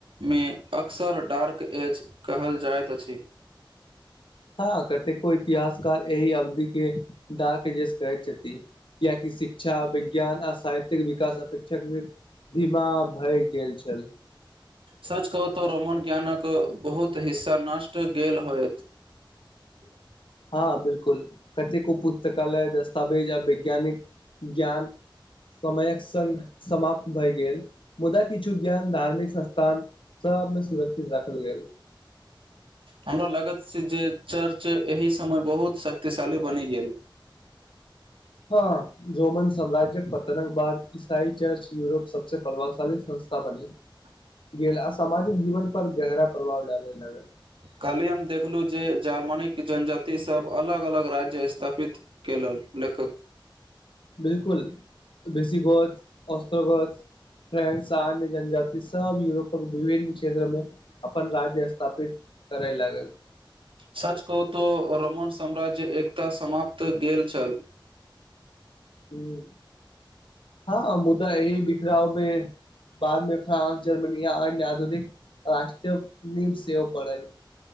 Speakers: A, on the right; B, on the left.
A: मे अक्सर डार्क एज कहल जाइत अछि
B: हँ कतेको इतिहास काल एहि अवधि के डाक जे कहै कियाकि शिक्षा विज्ञान आ साहित्यिक विकास अपेक्षा धीमा भय गेल छल
A: सच कहूं त रोमन ज्ञानक बहुत हिस्सा नष्ट गेल होयत <inaudible>
B: हँ बिल्कुल कतेको पुस्तकालय दस्तवेज आ वैज्ञानिक ज्ञान समयक स समाप्त भए गेल मुदा किछु ज्ञान धार्मिक संस्थान सब मे सुरक्षित राखल गेल
A: हमरो लागत स जे चर्च एहि समय बहुत शक्तिशाली बनि गेल
B: हँ रोमन साम्राज्य पतनक बाद ईसाई चर्च यूरोप सबसे प्रभावशाली संस्था बनी
A: ह <inaudible>
B: गेल आ सामाजिक जीवन पर गहरा प्रभाव डाले लागल
A: कलही हम देखलू जे जर्मनीक जनजातिसभ अलग अलग राज्य स्थापित केे लल लेखक
B: बिलकुल बेसी गछ अस्त्र गछ फ्रेंस अन्य जनजाति सब युरोपक विभिन्न क्षेत्र मे अपन राज्य स्थापित करै लागल
A: सच कहूतो रोमन साम्राज्य एकता समाप्त गेल छल
B: हूं हँ मुदा यही बिखराव में बाद में फ्रांस जर्मनी आ अन्य आधुनिक राष्ट्र नींव सेहो बढ़ल